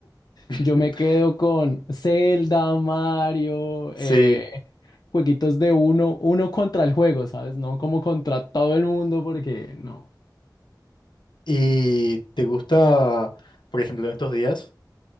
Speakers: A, on the left; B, on the left.
A: <laughs>
B: Yo me quedo con Zelda, Mario,
A: Sí,
B: eh, jueguitos de uno, uno contra el juego, ¿sabes? No como contra todo el mundo, porque no.
A: ¿y te gusta, por ejemplo, en estos días